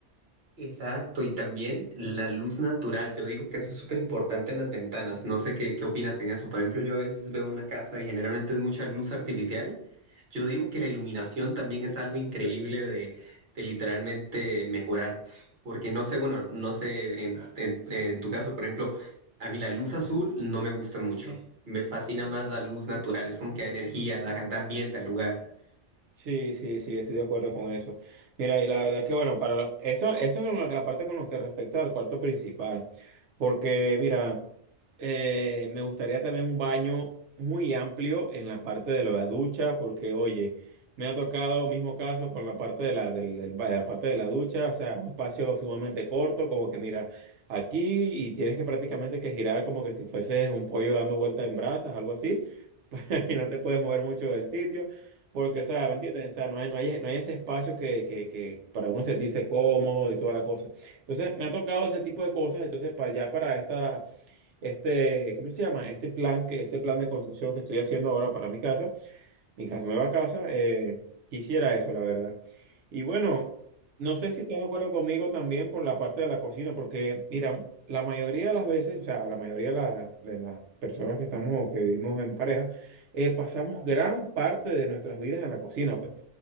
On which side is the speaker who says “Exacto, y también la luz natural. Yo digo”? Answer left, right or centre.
Right